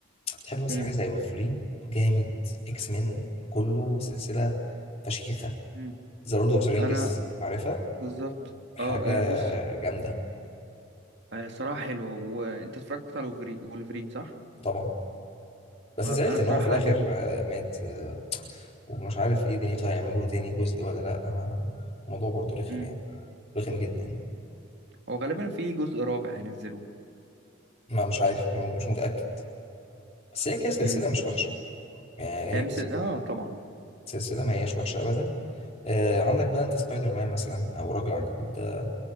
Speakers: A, on the left; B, on the right.
A: تحب مثلا
B: امم
A: حاجه زي ولفرين جامد اكس مين كله سلسله فشيخه
B: مم.
A: ذا لورد اوف ذا
B: انا
A: رينجز عارفها
B: بالظبط
A: حاجه
B: اه أنا بص
A: جامده
B: هي الصراحة حلوة وانت اتفرجت على وولفري- وولفرين صح؟
A: طبعا بس
B: انا
A: زعلت
B: الصراحة
A: ان هو في الاخر
B: عجبني
A: آه، مات آه، ومش عارف ايه دنيته هيعملوه تاني جزء ولا لا انا الموضوع برضه رخم
B: امم
A: يعني رخم جدا
B: هو غالبا في جزء رابع هينزلوه
A: ما مش عارف مش متأكد بس هي كسلسلة
B: امم
A: مش وحشة يعني هي
B: هي مثل اه طبعا
A: كسلسلة ما هياش وحشة أبدا آه عندك بقى أنت سبايدر مان مثلا أو راجل عنكبوت ده